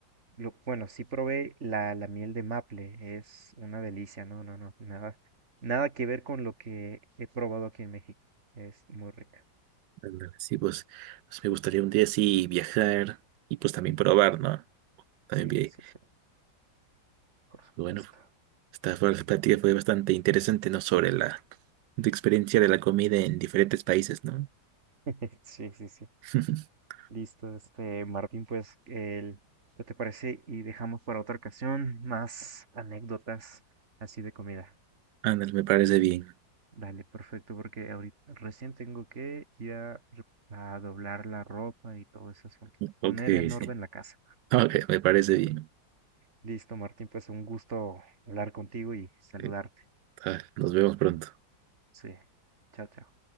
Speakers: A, on the right; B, on the right.
A: Lo- bueno, sí probé la, la miel de maple, es una delicia, no, no, no, nada, nada que ver con lo que he probado aquí en México. Es muy rica.
B: Ándale, Sí, pues, pues me gustaría un día así viajar y pues también probar, ¿no? También
A: Sí,
B: vi,
A: sí, sí, por supuesto.
B: pues, bueno, esta fue- la plática fue bastante interesante, ¿no? Sobre la, tu experiencia de la comida en diferentes países, ¿no?
A: <laughs> Sí, sí, sí.
B: <laughs>
A: Listo, este, Martín, pues, el, ¿qué te parece? Y dejamos para otra ocasión más anécdotas así de comida.
B: Ándale, me parece bien.
A: Dale, perfecto, porque ahorita recién tengo que ir a, a doblar la ropa y todo eso, poner
B: Ok,
A: en
B: sí.
A: orden la casa.
B: Ok, me parece bien.
A: Listo, Martín, pues un gusto hablar contigo y saludarte.
B: Ok, ah, nos vemos pronto.
A: Sí, chao, chao.